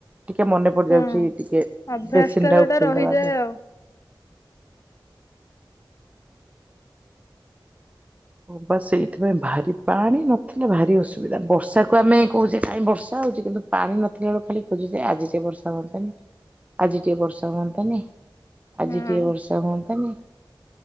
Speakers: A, on the right; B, on the left.
A: ଟିକେ ମନେ ପଡି
B: ହଁ
A: ଯାଉଛି ଟିକେ
B: ଅଭ୍ୟାସ
A: ବେସିନ୍
B: ଟା
A: ଟାକୁ
B: ଯୋଉଟା
A: ଖୋଲିଦବା
B: ରହିଯାଏ
A: ଏବେ
B: ଆଉ
A: ହଁ ବା ସେଇଥିପାଇଁ ଭାରି ପାଣି ନଥିଲେ ଭାରି ଅସୁବିଧା ବର୍ଷାକୁ ଆମେ କହୁଛେ କାଇ ବର୍ଷା ହଉଚି କିନ୍ତୁ ପାଣି ନଥିଲା ବେଳକୁ ଖାଲି ଖୋଜୁଛି ଆଜି ଟେ ବର୍ଷା ହୁଅନ୍ତାନି। ଆଜି ଟିକେ ବର୍ଷା ହୁଅନ୍ତାନି ଆଜି
B: ହଁ।
A: ଟିକେ ବର୍ଷା ହୁଅନ୍ତାନି।